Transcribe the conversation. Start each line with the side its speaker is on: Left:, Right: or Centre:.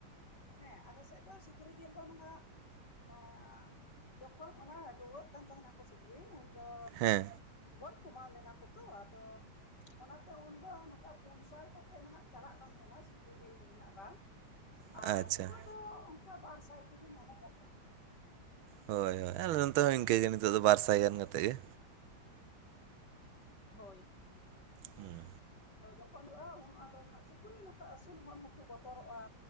Left: ᱦᱮᱸ ᱟᱞᱮᱥᱮᱫ ᱫᱚ ᱥᱩᱠᱨᱤ ᱡᱤᱞ ᱫᱚ ᱱᱟᱦᱟᱜ ᱮᱸ ᱡᱚᱠᱷᱚᱱ ᱚᱱᱟ ᱨᱩᱣᱟᱹᱜ ᱠᱟᱱ ᱛᱟᱦᱮᱱᱟᱠᱚ ᱥᱩᱠᱨᱤ ᱩᱱᱫᱚ
Right: ᱦᱮᱸ
Left: ᱜᱚᱡ ᱠᱚᱢᱟᱣ ᱞᱮᱱᱟ ᱠᱚ ᱛᱚ ᱟᱫᱚ ᱚᱱᱟᱛᱮ ᱩᱱᱫᱚ ᱱᱚᱝᱠᱟ ᱯᱩᱱᱥᱟᱭ ᱠᱟᱛᱮ ᱱᱟᱦᱟᱜ ᱪᱟᱞᱟᱜ ᱠᱟᱱ ᱛᱟᱦᱮᱸᱱᱟ ᱥᱩᱠᱨᱤ ᱡᱤᱞ ᱨᱮᱱᱟᱜ ᱫᱟᱢ
Right: ᱟᱪᱪᱷᱟ
Left: ᱟᱨ ᱱᱤᱛᱚᱜ ᱫᱚ ᱚᱱᱠᱟ ᱵᱟᱨ ᱥᱟᱭ ᱛᱮᱜᱮ ᱧᱟᱢᱚᱜᱚᱜ ᱠᱟᱱᱟ।
Right: ᱦᱳᱭ ᱦᱳᱭ ᱟᱞᱮ ᱱᱚᱛᱮ ᱦᱚᱸ ᱤᱱᱠᱟᱹᱜᱮ ᱱᱤᱛᱚᱜ ᱫᱚ ᱵᱟᱨ ᱥᱟᱭ ᱜᱟᱱ ᱠᱟᱛᱮᱜ ᱜᱮ।
Left: ᱦᱳᱭ
Right: ᱦᱩᱸ <unintelligible>
Left: ᱡᱚᱠᱷᱚᱱᱚᱜᱼᱟ ᱩᱱ ᱟᱫᱚ ᱱᱟᱦᱟᱜ ᱥᱩᱠᱨᱤ ᱱᱚᱝᱠᱟ ᱟᱹᱥᱩᱞ ᱦᱚᱲ ᱦᱚᱸᱠᱚ ᱵᱚᱛᱚᱨᱚᱜᱼᱟ।